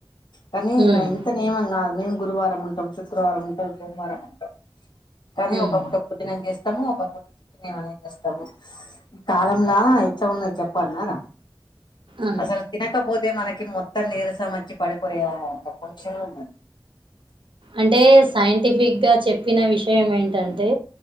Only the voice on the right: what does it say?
ఉమ్,
ఉమ్,
ఆ.
అంటే సైంటిఫిక్ గా చెప్పిన విషయం ఏంటంటే